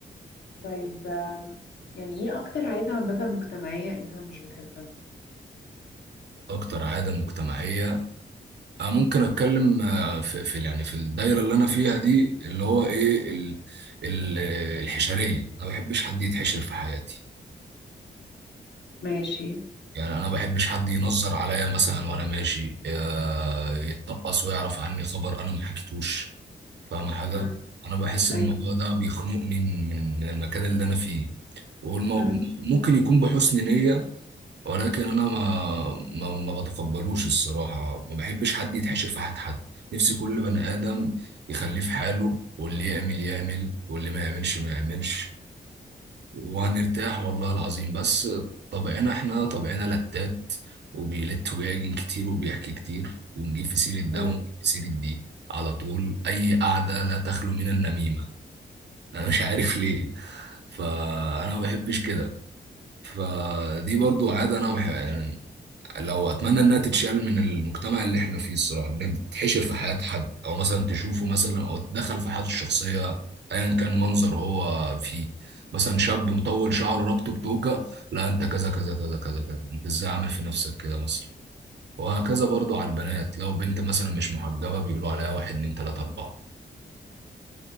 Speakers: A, on the left; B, on the right.
A: طيب آم، يعني ايه اكتر عادة عامة مجتمعية انت مش بتحبها
B: اكتر عاده مجتمعيه أنا ممكن اتكلم آه، في, في يعني في الدايره اللي انا فيها دي اللي هو ايه ال ال الحشريه انا ما بحبش حد يتحشر في حياتي
A: ماشي
B: يعني انا ما بحبش حد ينظر عليا مثلا وانا ماشي آه، يتطقص ويعرف عني خبر انا ما حكيتوش فاهم حاجة
A: مم.
B: أنا بحس إن
A: ايوه
B: هو ده بيخنقني من من من المكان اللي أنا فيه والمو...
A: مم.
B: ممكن يكون بحسن نية ولكن أنا ما ما, ما بتقبلوش الصراحة ما بحبش حد يتحشر في حد حد نفسي كل بني آدم يخليه في حاله واللي يعمل يعمل واللي ما يعملش ما يعملش وهنرتاح والله العظيم بس طبعنا احنا طبعنا لتات وبيلت ويعجن كتير وبيحكي كتير ونجيب في سيرة ده
A: مم.
B: ونجيب في سيرة دي على طول أي قعدة لا تخلو من النميمة أنا مش عارف ليه فأنا ما بحبش كده فدي برضو عادة أنا بحب لو اتمنى انها تتشال من المجتمع اللي احنا فيه الصراحه انها تتحشر في حياه حد او مثلا تشوفه مثلا او تدخل في حياته الشخصيه ايا كان منظر هو فيه مثلا شاب مطول شعره رابطه بتوكه لا انت كذا كذا كذا كذا كذا انت ازاي عامل في نفسك كده مثلا وهكذا برضو على البنات لو بنت مثلا مش محجبه بيقولوا عليها واحد اتنين تلاته اربعه